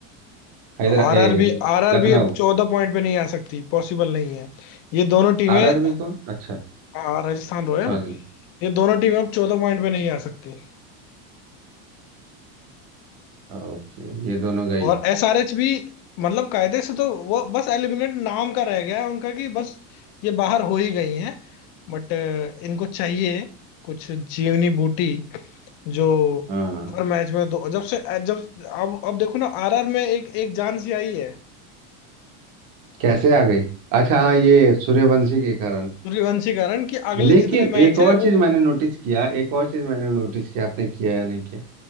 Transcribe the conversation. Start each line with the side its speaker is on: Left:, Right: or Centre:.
Right: हैदरा
Left: R
Right: ए
Left: R B R R
Right: लखनऊ
Left: B अब चौदह पॉइंट पे नहीं आ सकती पॉसिबल नहीं है ये दोनों टीमें
Right: आरआरबी कौन अच्छा
Left: अ, राजस्थान रॉयल
Right: समझ गए
Left: ये दोनों टीमें अब चौदह पॉइंट पे नहीं आ सकती
Right: ओके ये दोनों गई
Left: और एसआरएच भी मतलब कायदे से तो वो बस एलिमिनेट नाम का रह गया है उनका कि बस ये बाहर हो ही गई हैं बट इनको चाहिए कुछ जीवनी बूटी जो
Right: हाँ
Left: हर मैच में दो जब से जब अब अब देखो ना आरआर में एक एक जान सी आई है
Right: कैसे आ गई अच्छा हाँ ये सूर्यवंशी के कारण
Left: सूर्यवंशी कारण कि अगले
Right: लेकिन
Left: जितने मैच
Right: एक और
Left: है
Right: चीज
Left: वो
Right: मैंने नोटिस किया एक और चीज मैंने नोटिस किया आपने किया या नहीं किया